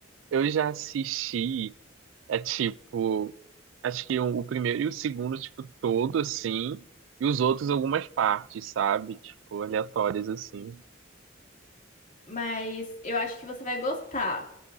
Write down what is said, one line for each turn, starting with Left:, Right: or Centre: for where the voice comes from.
Right: Eu já assisti, é tipo, acho que o, o primeiro e o segundo, tipo, todo assim, e os outros algumas partes, sabe? Tipo, aleatórias assim.
Left: Mas eu acho que você vai gostar.